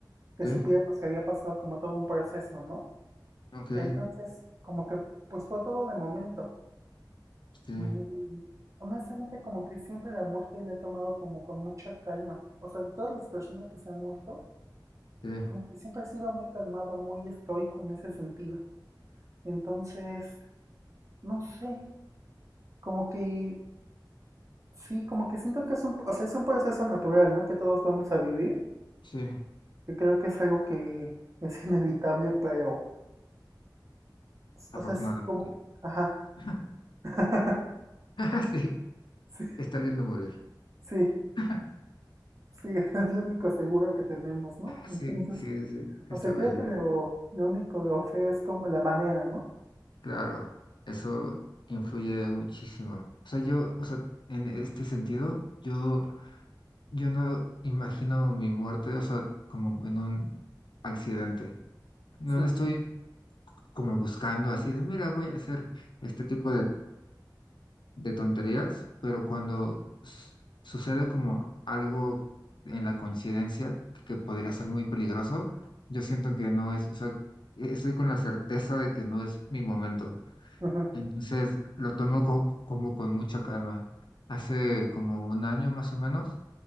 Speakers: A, on the right (about 40°); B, on the left (about 80°).
A: que
B: ok,
A: supiéramos que había pasado como todo un proceso, ¿no?
B: ok,
A: Entonces, como que pues fue todo de momento.
B: sí,
A: Y honestamente como que siempre la muerte la he tomado como con mucha calma. O sea, de todas las personas que se han muerto,
B: sí,
A: como que siempre he sido muy calmado, muy estoico en ese sentido. Entonces, no sé, como que Sí, como que siento que es un, o sea, es un proceso natural, ¿no? Que todos vamos a vivir.
B: sí,
A: Yo creo que es algo que <laughs> es inevitable, pero,
B: afortunadamente.
A: o sea, sí, como, ajá.
B: <laughs>
A: <laughs>
B: <laughs> Sí,
A: Sí,
B: está lindo morir.
A: sí,
B: <laughs>
A: sí, <laughs> es lo único seguro que tenemos, ¿no?
B: Sí,
A: Entonces,
B: sí, sí, está
A: o sea,
B: bello.
A: creo que lo, lo único de feo es como la manera, ¿no?
B: Claro, eso influye muchísimo. O sea, yo, o sea, en este sentido, yo, yo no imagino mi muerte, o sea, como en un accidente. No
A: Sí.
B: le estoy como buscando así de, mira, voy a hacer este tipo de, de tonterías, pero cuando s- sucede como algo en la coincidencia que podría ser muy peligroso, yo siento que no es, o sea, estoy con la certeza de que no es mi momento.
A: ujú,
B: Entonces lo tomo co- como con mucha calma. Hace como un año más o menos,